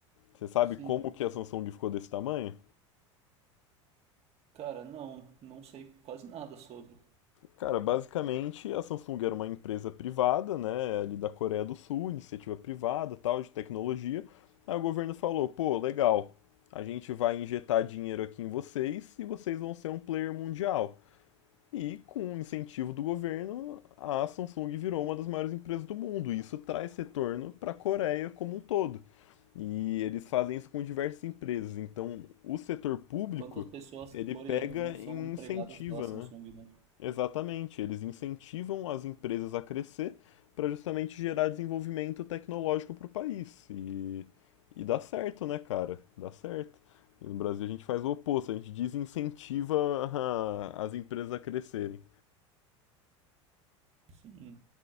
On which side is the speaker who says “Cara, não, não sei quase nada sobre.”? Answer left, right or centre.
Right